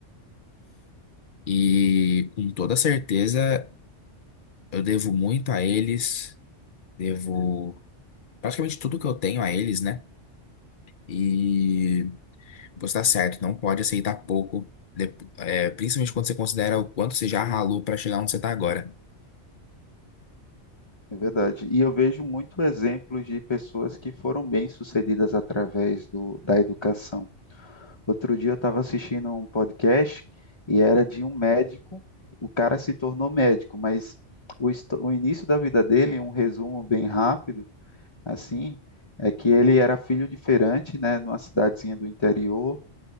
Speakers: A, on the left; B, on the left.
A: E com toda certeza eu devo muito a eles, devo praticamente tudo que eu tenho a eles, né? E você tá certo, não pode aceitar pouco, de- é, principalmente quando você considera o quanto você já ralou para chegar onde você está agora.
B: É verdade. E eu vejo muito exemplos de pessoas que foram bem-sucedidas através do, da educação. Outro dia eu estava assistindo um podcast e era de um médico. O cara se tornou médico, mas o, histo- o início da vida dele, um resumo bem rápido, assim, é que ele era filho de feirante, né, numa cidadezinha do interior,